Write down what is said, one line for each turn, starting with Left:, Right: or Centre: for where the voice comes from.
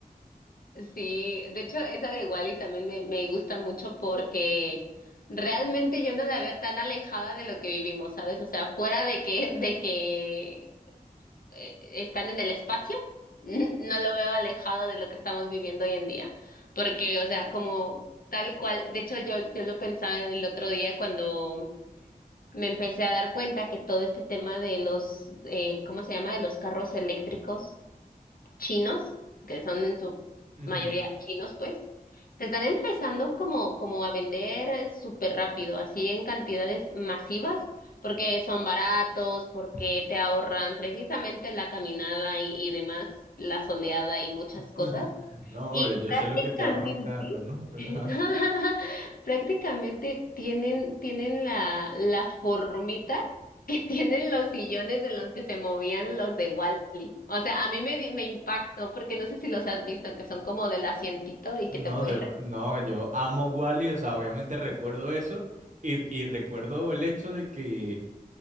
Left: Sí, de hecho, esa de Wally también me, me gusta mucho porque realmente yo no la veo tan alejada de lo que vivimos, ¿sabes? O sea, fuera de que, de que eh, están en el espacio, n- no lo veo alejado de lo que estamos viviendo hoy en día. Porque, o sea, como tal cual, de hecho yo, yo lo pensaba el otro día cuando me empecé a dar cuenta que todo este tema de los, eh, ¿cómo se llama? De los carros eléctricos chinos, que son en su
Right: Ujú.
Left: mayoría chinos, pues, se están empezando como, como a vender súper rápido, así en cantidades masivas, porque son baratos, porque te ahorran precisamente la caminada y, y demás, la soleada y muchas
Right: <laughs>
Left: cosas.
Right: No,
Left: Y
Right: obvio, yo
Left: prácticamente,
Right: sé lo que te ahorra un carro, ¿no? Pero,
Left: <laughs>
Right: ajá.
Left: prácticamente tienen, tienen la, la formita que <laughs> tienen los sillones en los que se movían los de Wall-E. O sea, a mí me, di- me impactó porque no sé si los has visto, que son como del asientito y
Right: no,
Left: que te puedes
Right: de- no, yo amo Wally, o sea, obviamente recuerdo eso y, y recuerdo el hecho de que